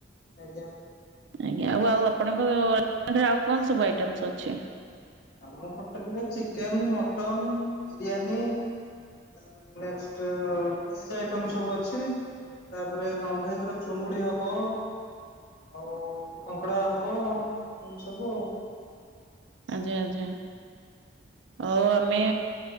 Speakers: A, on the left; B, on the right.
A: ଆଜ୍ଞା ।
B: ଆଜ୍ଞା, ଆଉ ଆଉ ଆପଣଙ୍କ ଆଉ କଣ ସବୁ ଆଇଟମସ୍ ଅଛି।
A: ଆମ ହୋଟେଲରେ ଚିକେନ, ମଟନ, ବିରିୟାନୀ । ତାପରେ ନେକ୍ସଟ ଭେଜ ଆଇଟମ ସବୁ ଅଛି। ତାପରେ, ନନଭେଜ ର ଚୁଙ୍ଗୁଡି ହବ। ଆଉ କଙ୍କଡା ହବ ଏମିତି ସବୁ, ଆଉ
B: ଆଜ୍ଞା, ଆଜ୍ଞା, ଆଉ ଆମେ